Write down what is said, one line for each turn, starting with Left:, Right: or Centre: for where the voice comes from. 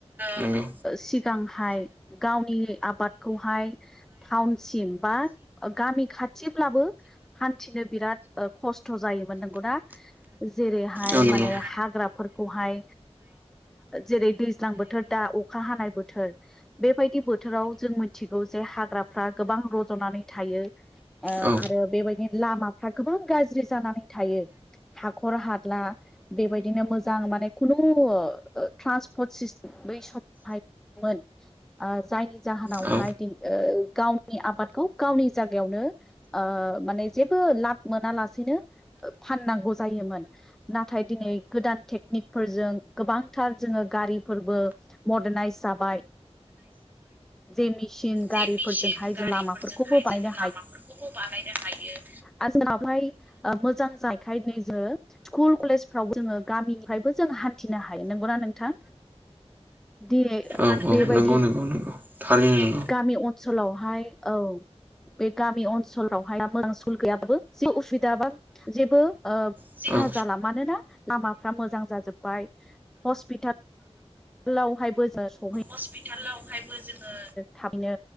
Right: नंगौ
Centre: सिगांहाय गावनि आबादखौहाय टाउनसिम बा गामि खाथिब्लाबो हान्थिनो बिराद खस्थ' जायोमोन नंगौना। जेरैहाय
Right: औ नंगौ
Centre: माने
Right: औ
Centre: हाग्राफोरखौहाय जेरै दैज्लां बोथोर दा अखा हानाय बोथोर। बेबायदि बोथोराव जों मिथिगौ जे हा ग्राफोरा गोबां रजनानै थायो। ओ
Right: औ
Centre: आरो बे बादि लामा गोबां गाज्रि जानानै थायो। हाखर हाला बे बायदिनो मोजां माने खुनु ट्रान्सपर्ट सिस्टेम बै समावहाय मोन जायनि जाहोनावहाय
Right: औ
Centre: गावनि आबादखौ गावनि जायगायावनो माने जेबो लाब मोनालासेनो फाननांगौ जायोमोन। नाथाय दिनै गोदान टेकनिकफोरजों गोबां थार जोङो गारिफोरबो मदारनायइस जाबाय। जे मेसिन गारिफोरजोंहाय
Right: जे मेचिन गारिफोरजोंहाय
Centre: जों लामाफोरखौबो
Right: जोङो
Centre: बायनो
Right: लामाफोरखौबो बानायनो हायो।
Centre: दा जोंनावहाय मोजां जानायखाय दिनै जोङो स्कुल कलेजफ्राव जोङो गामिनिफ्रायबो जों हान्थिनो हायो। नंगौना नोंथां। दिनै
Right: औ औ
Centre: बे‌
Right: नंगौ
Centre: बायदि
Right: नंगौ। थारैनो
Centre: गामि अनसोलावहाय औ। बे गामि अनसोलावहाय मोजां <unintelligible> गैयाबाबो उसुबिदा बा जेबो खहा
Right: औ औ
Centre: जाला। मानोना लामाफ्रा मोजां जाजोब्बाय हस्पिटालावहायबो जों सहै
Right: हस्पिटालावहायबो जोङो
Centre: थाबैनो